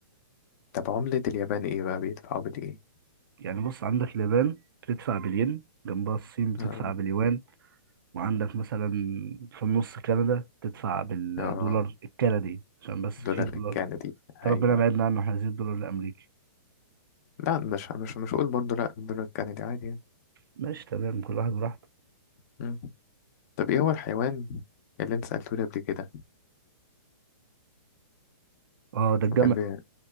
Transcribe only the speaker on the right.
يعني بص عندك اليابان بتدفع بالين جنبها الصين بتدفع
باليوان وعندك مثلا في النص كندا بتدفع بالدولار
الكندي عشان بس في
دولار
ده
ربنا بعدنا
عنه احنا عايزين الدولار الامريكي
ماشي تمام كل واحد براحته
اه ده الجمل